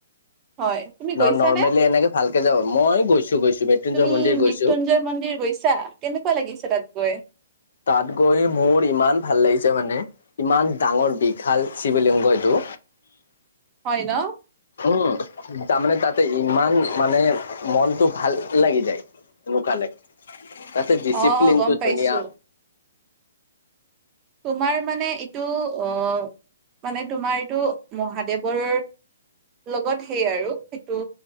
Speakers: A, on the right; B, on the left.
A: হয় তুমি
B: ন-নৰ্মেলি
A: গৈছানে
B: এনেকে ভালকে যাব, মই গৈছোঁ-গৈছোঁ মৃত্যুঞ্জয়
A: তুমি
B: মন্দিৰ
A: মৃত্যুঞ্জয়
B: গৈছোঁ।
A: মন্দিৰ গৈছা, কেনেকুৱা লাগিছে তাত গৈ?
B: তাত গৈ মোৰ ইমান ভাল লাগিছে মানে, ইমান ডাঙৰ বিশাল শিৱলিংগ এইটো
A: হয় ন?
B: উম তাৰমানে তাতে ইমান মানে মনটো ভাল লাগি যায়। লোকালে, তাতে ডিচিপ্লিনটো
A: অ গম পাইছো
B: ধুনীয়া।
A: তোমাৰ মানে এইটো অ, মানে তোমাৰ এইটো মহাদেৱৰ লগত সেই আৰু সেইটো